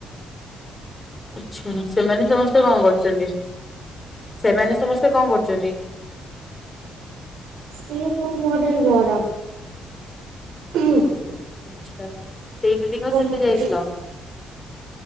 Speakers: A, on the left; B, on the right.
A: ଆଛା ସେମାନେ ସମସ୍ତେ କଣ କରୁଛନ୍ତି ସେମାନେ ସମସ୍ତେ କଣକରୁଛନ୍ତି?
B: ସିଏ ହେଉଛନ୍ତି ମୋ ଠାରୁ ବଡ଼ ହୁଁ।
A: ଆଛା ସେଇ ଦିଦିଙ୍କ ସହିତ
B: ମୋ
A: ଯାଇଥିଲ?
B: ଠାରୁ